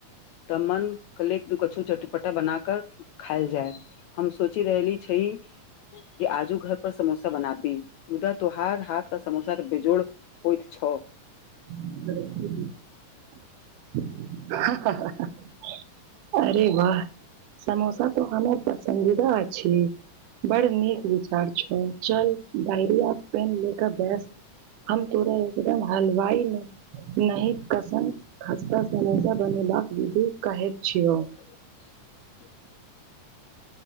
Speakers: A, on the left; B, on the right.
A: तब मन कले दू कछो चटपटा बनााक खायल जाय हम सोचि रहली छै जे आजू घर पर समोसा बनाबी मुदा तोहार हाथ क समोसाऽ बेजोड़ होइत छ
B: <unintelligible> अरे वाह समोसा त हमर पसन्दीदा अछि बड़ नीक विचार छओ चल डायरिया पेन ले के बस हम तोरा एकदम हलवाई नहि कसम खस्ता समोसा बनेबाक विधि कहैत छियौ
A: <inaudible>